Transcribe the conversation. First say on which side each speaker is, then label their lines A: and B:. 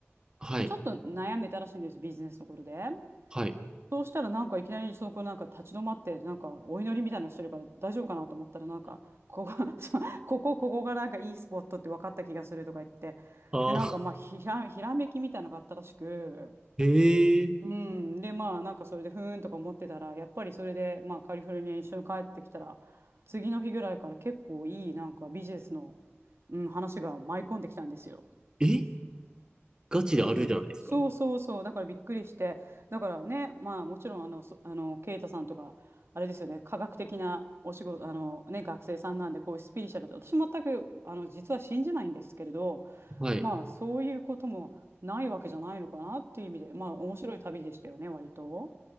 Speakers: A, on the right; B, on the right.
A: はい。
B: ちょっと悩んでたらしいんです、ビジネスのことで。
A: はい。
B: そうしたらなんかいきなりそこなんか立ち止まってなんかお祈りみたいなのしてるから大丈夫かなと思ったらなんかここ、<laughs> そうここ、ここがなんかいいスポットって分かった気がするとか言ってでなんかまあひら、
A: ああ、
B: ひらめきみたいなのがあったらしく
A: ええ、
B: うんでまあなんかそれでふーんとか思ってたらやっぱりそれでまあカリフォルニアに一緒に帰ってきたら次の日ぐらいから結構いいなんかビジネスの、うん、話が舞い込んできたんですよ。
A: え、ガチであるじゃないですか。
B: うん、そうそうそう、だからびっくりして、だからね、まあもちろんあの、そ、あの、ケイタさんとか、あれですよね、科学的なお仕事、あのね、学生さんなんで、こういうスピリチュアルって、私全く、あの、実は信じないんですけれど、
A: はい。
B: まあそういうこともないわけじゃないのかなっていう意味で、まあ面白い旅でしたよね、割と。